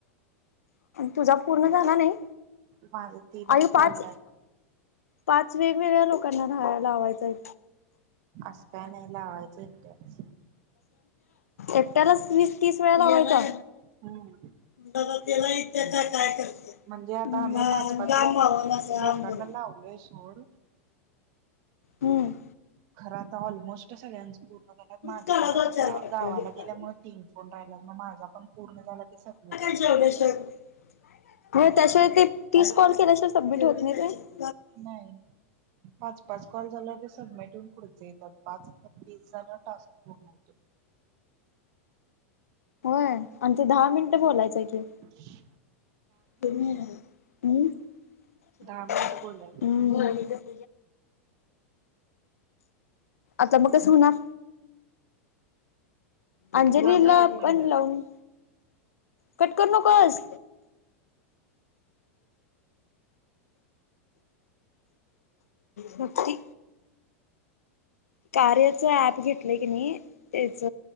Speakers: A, on the left; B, on the right.
A: तुझा पूर्ण झाला नाही
B: माझं तीनच
A: आई पाच
B: कॉल राहिलं
A: पाच वेगवेगळ्या लोकांना राहायला लावायचंय
B: असं काय नाही लावायचं इटस
A: एकट्यालाच वीस तीस वेळा लावायचा.
B: हम्म
A: द त्यालाही त्याच्या काय करते
B: म्हणजे आता आम्ही
A: गा
B: पाच पाच
A: गाम
B: लोक
A: मावून असं
B: लोकांना
A: आंबून
B: लावलोय सोड
A: हम्म
B: खर आता ऑलमोस्ट सगळ्यांच पूर्ण झालात माझे
A: काढा
B: पण आता
A: चार बाटल्या
B: गावाला गेल्यामुळे तीन फोन राहिलात मग माझा पण पूर्ण झाला की सग
A: चनेश्वर हो त्याशिवाय ते तीस कॉल केल्याशिवाय सबमिट होत नाही का
B: नाही पाच पाच कॉल झाला ते सबमिट होऊन पुढचे येतात पाच तीस जण टास्कत
A: होय आणि ते दहा मिनिट बोलायचंय की
B: हम्म
A: म्म्
B: दहा मिनिटं बोलायला
A: आता मग कस होणार अंजली
B: थांब
A: ला
B: हं एक मिनिट
A: पण लावून कट करू नकोस भक्ती कार्याच ऍप घेतलंय की नाही त्याच